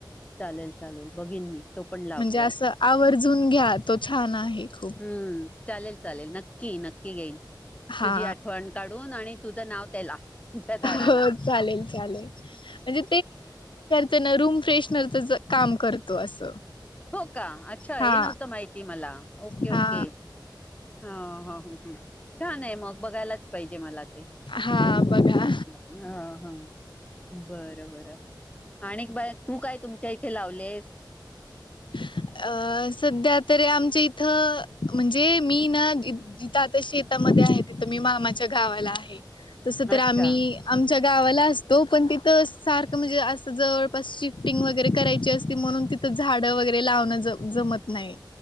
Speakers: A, on the left; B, on the left.
A: चालेल चालेल बघीन मी तो पण लाव
B: ते असं आवर्जून घ्या तो छान आहे खूप.
A: हम्म चालेल चालेल नक्की नक्की घेईन
B: हा
A: तुझी आठवण काढून आणि तुझं नाव त्याला त्या झाडाला
B: हो चालेल चालेल म्हणजे ते न रूम फ्रेशनरचच काम करत असं
A: हो का अच्छा हे
B: हा
A: नव्हतं माहिती मला. ओके
B: हा.
A: ओके. हा, ह, ह, छान आहे मग बघायलाच पाहिजे मला ते.
B: हा
A: रूम
B: बघा
A: फ्रेशणार हा, हा, बरं, बर. आणि बाळा तू काय तुमच्या इथे लावलेस?
B: अ सध्या तरी आमच्या इथं म्हणजे मी ना जिथं आता शेतामध्ये आहे तिथं मी मामाच्या गावाला आहे तस
A: अच्छा.
B: तर आम्ही आमच्या गावाला असतो पण तिथं सारखं म्हणजे असं जवळपास शिफ्टिंग वगैरे करायची असती म्हणून तिथ तर झाडं वगैरे लावण जम जमत नाही.